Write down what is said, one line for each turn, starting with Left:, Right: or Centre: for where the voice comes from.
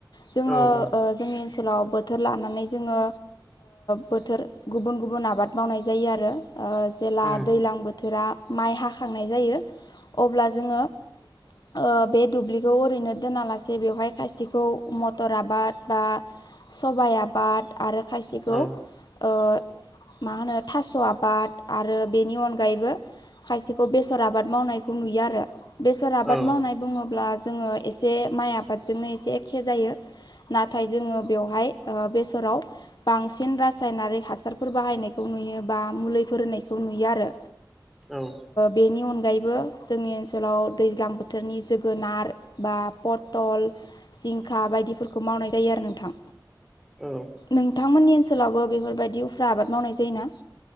Left: जोङो
Centre: औ औ
Left: जोंनि ओनसोलाव बोथोर लानानै जोङो बोथोर गुबुन गुबुन आबाद मावनाय ज जायो आरो जे
Centre: उम
Left: दैज्लां बोथोरा माइ हाखांनाय जायो अब्ला जोङो ओ बे दुब्लिखौ ओरैनो दोनालासे बेवहाय खायसेखौ मटर आबाद बा सबाइ आबाद आरो खायसेखौ
Centre: औ
Left: ओ मा होनो थास' आबाद आरो बेनि अनगायैबो खायसेखौ बेसर आबाद मावनायखौ नुयो आरो बेसर आबाद
Centre: औ
Left: मावनाय बुङोब्ला जोङो एसे माइ आबादजोंनो एसे एखे जायो नाथाय जोङो बेवहाय बेसराव बांसिन रासायनारिक हासारफोर बाहायनायखौ नुयो बा मुलिफोरायखौ नुयो आरो
Centre: औ
Left: बेनि अनगायैबो जोंनि ओनसोलाव दैज्लां बोथोरनि जोगोनार बा पथल सिंखा बायदिफोरखौ मावनाय जायो आरो नोंथां
Centre: औ
Left: नोंथांमोननि ओनसोलावबो बेफोरबायदि उफ्रा आबाद मावनाय जायोना